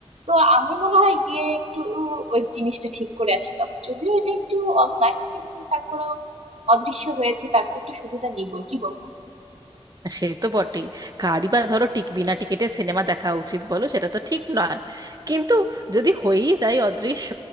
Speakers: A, on the right; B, on the right.
A: তো আমি মনে হয় গিয়ে একটু ওই জিনিসটা ঠিক করে আসতাম যদিও এটা একটু অন্যায় কিন্তু তারপরেও অদৃশ্য হয়েছে তার তো একটু সুবিধা নিবই কি বল
B: সে তো বটেই কারই বা ধরো টিক বিনা টিকিটে সিনেমা দেখা উচিত বলো সেটা তো ঠিক নয় কিন্তু যদি হয়েই যায় অদৃশ্য